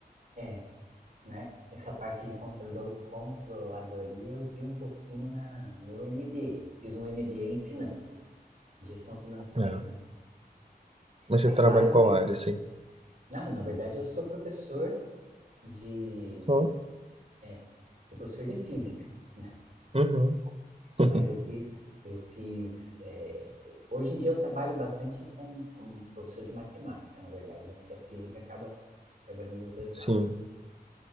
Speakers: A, on the right; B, on the right.
A: É, né? Essa parte de controlo- controladoria eu vi um pouquinho na, no meu MBA. Fiz um MBA em finanças, gestão financeira,
B: É.
A: né?
B: Mas
A: Aí
B: você trabalha
A: lá eu
B: em qual
A: revi.
B: área, assim?
A: Não, na verdade eu sou professor de,
B: Ó,
A: é, sou professor de física, né?
B: uhum. <laughs>
A: Mas eu fiz, eu fiz. é, hoje em dia eu trabalho bastante com, com professor de matemática, na verdade, né? Porque a física acaba trabalhando dos dois
B: Sim,
A: lados.